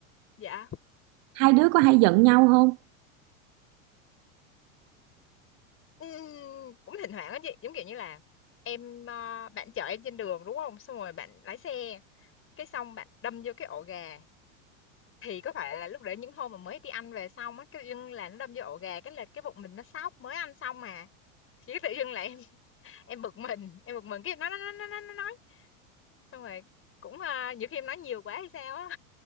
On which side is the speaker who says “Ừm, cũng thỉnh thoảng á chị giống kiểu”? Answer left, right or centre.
Left